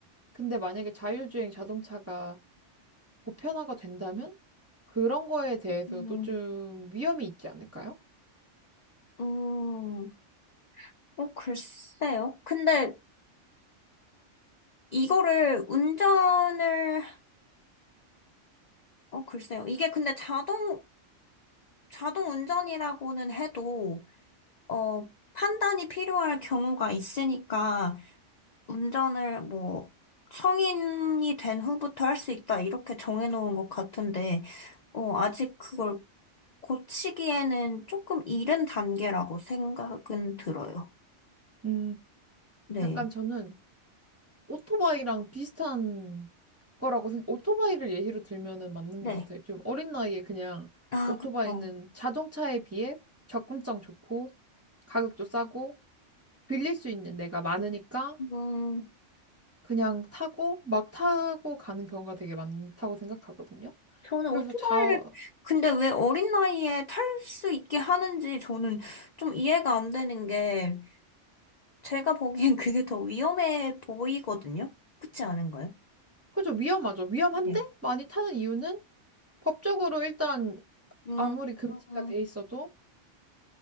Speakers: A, on the right; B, on the left.
A: 근데 만약에 자율주행 자동차가 보편화가 된다면, 그런 거에 대해서도
B: 음,
A: 좀 위험이 있지 않을까요?
B: 음, 어, 글쎄요. 근데 이거를 운전을, 어, 글쎄요. 이게 근데 자동, 자동 운전이라고는 해도, 어, 판단이 필요할 경우가 있으니까, 운전을 뭐 성인이 된 후부터 할 수 있다 이렇게 정해놓은 것 같은데 어, 아직 그걸 고치기에는 조금 이른 단계라고 생각은 들어요.
A: 음,
B: 네,
A: 약간 저는 오토바이랑 비슷한 거라고 생각, 오토바이를 예시로 들면은 맞는
B: 네.
A: 것 같아요. 좀 어린 나이에 그냥
B: 아,
A: 오토바이는
B: 그쵸.
A: 자동차에 비해 접근성 좋고 가격도 싸고 빌릴 수 있는 데가 많으니까
B: 음,
A: 그냥 타고 막 타고 가는 경우가 되게 많다고 생각하거든요.
B: 저는
A: 그래서
B: 오토바이를
A: 자,
B: 근데 왜 어린 나이에 탈 수 있게 하는지 저는 좀 이해가 안 되는 게 제가 보기엔 그게 더 위험해 보이거든요. 그렇지 않은가요?
A: 그죠. 위험하죠. 위험한데
B: 네.
A: 많이 타는 이유는 법적으로 일단
B: 음,
A: 아무리 금지가
B: 음,
A: 돼 있어도